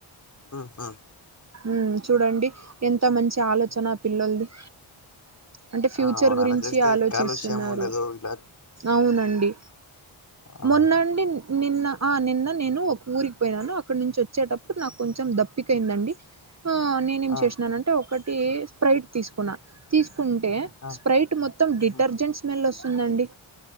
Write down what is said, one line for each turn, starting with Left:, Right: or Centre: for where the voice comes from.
Left: ఆహ
Right: ఉమ్ చూడండి ఎంతో మంచి ఆలోచన పిల్లలది అంటే ఫ్యూచర్
Left: ఆ అవును
Right: గురించి
Left: అలా చేస్తే
Right: ఆలోచిస్తున్నారు
Left: కాలుష్యం ఉండదు ఇలా
Right: అవునండి
Left: అవును
Right: మొన్నండి నిన్న ఆ నిన్న నేను ఒక ఊరికి పోయినాను అక్కడ నుంచి వచ్చేటప్పుడు నాకు కొంచెం దప్పికయిందండి నేనేం
Left: ఆ
Right: చేసినానంటే ఒకటి స్ప్రైట్ తీసుకున్నా తీసుకుంటే
Left: ఆ
Right: స్ప్రైట్ డిటర్జెంట్
Left: హ్మ్
Right: స్మెల్ వస్తుందండి